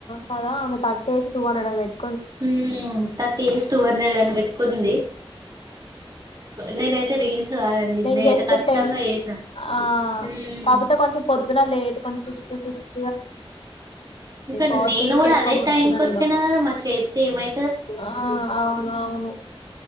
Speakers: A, on the left; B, on the right.
A: కదా అమె తట్టి ూన్డంట్
B: హ్మ్మ్ థర్టీ ఇస్ తో వర్ నళ్ని పెట్టుకుని నేనైతే రీల్స్ కాదండి
A: నేను
B: నేనైతే
A: జస్ట్
B: ఖచ్చితంగా
A: టెన్
B: చేసిన
A: ఆ
B: హ్మ్
A: కాకపోతే కొంచెం పొద్దున లేట్ కొంచెం చూస్త చూస్త
B: ఇంకా
A: పాజిటివ్స్కి
B: నేను కూడా
A: ఎక్కువ
B: అదే
A: ముట్టుకున్నా
B: టైంకి వచ్చానా
A: నేను
B: కదా మా చేతి ఏమై
A: ఆ అవునువును